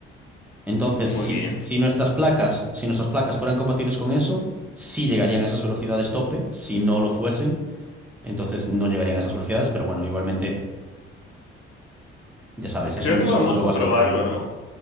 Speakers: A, in the centre; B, on the left.
A: entonces,
B: muy
A: si,
B: bien.
A: si nuestras placas, si nuestras placas fueran compatibles con eso, sí llegarían a esas velocidades tope. Si no lo fuesen, entonces no llegarían a esas velocidades. Pero bueno, igualmente, ya sabes,
B: Pe- Creo
A: es un
B: que
A: disco
B: podemos
A: duro
B: comprobarlo,
A: bastante bueno.
B: ¿no?